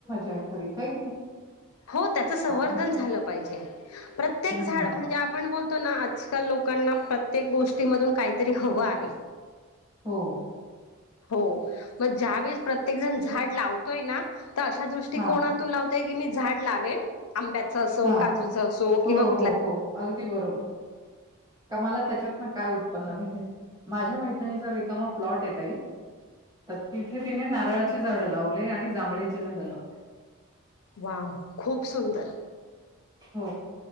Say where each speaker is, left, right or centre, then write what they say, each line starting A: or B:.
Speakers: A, on the right; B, on the left.
A: काय तरी हाय की नाही.
B: हो त्याचं संवर्धन
A: आपण
B: झालं पाहिजे. प्रत्येक
A: हम्म
B: झाड म्हणजे आपण बोलतो ना आज तर लोकांना प्रत्येक गोष्टीमधून काहीतरी हवं आहे.
A: हो
B: हो म ज्या वेळेस प्रत्येक जण झाड लावतोय ना तर अशा दृष्टीकोनात
A: हां
B: की मी झाड लावेल आंब्याचं असो
A: हां
B: काजूचं
A: हां
B: असो
A: हो
B: किंवा कुठल्याही
A: हो हो अगदी बरोबर. का मला त्याच्यातन काय उत्पन्न मिळेल. माझ्या मैत्रिणीचा रिकामा प्लॉट हे ताई. तर तिथे तिने नारळाची झाडं लावले आणि जांभळीची झाडं लावले.
B: वाव खूप सुंदर.
A: हो